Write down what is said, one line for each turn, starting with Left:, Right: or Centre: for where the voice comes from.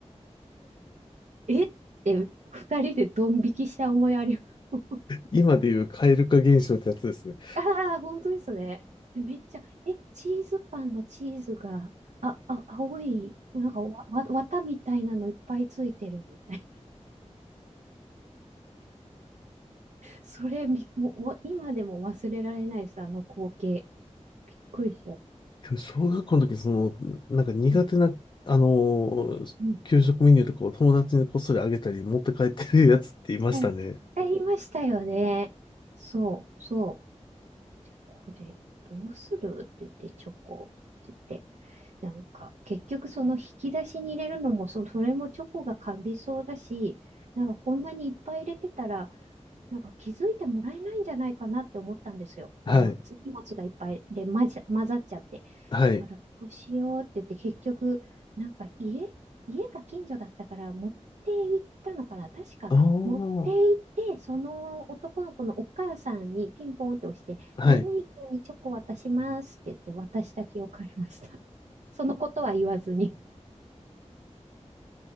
Right: えって二人でドン引きした思いあります。<laughs>
Left: 今でいう蛙化現象ってやつですね。
Right: ああ、本当ですね。めっちゃ、え、チーズパンのチーズが、あ、あ、青い、なんかわ、わ、綿みたいなのいっぱいついてるみたいな。それびもう、も今でも忘れられないです、あの光景。びっくりした。
Left: でも小学校の時、その、なんか苦手な、
Right: うん
Left: あのー給食メニューとかを友達にこっそりあげたり、
Right: うん
Left: 持って帰ってるやつっていましたね。
Right: え、え、いましたよね。そう、そう。で、これ、どうするって言って、チョコって言って。なんか、結局その引き出しに入れるのも、そ、それもチョコがカビそうだし、なんかこんなにいっぱい入れてたら、なんか気づいてもらえないんじゃないかなって思ったんですよ。
Left: はい。
Right: この荷物がいっぱいで混ざ、混ざっちゃって。
Left: はい。
Right: だからどうしようって言って結局なんか家、家が近所だったから持って行ったのかな。確か持って行ってその男の子のお母さんにピンポンって押して何々君にチョコ渡しますって言って渡した記憶ありました。
Left: ああ、はい。
Right: <laughs> そのことは言わずに。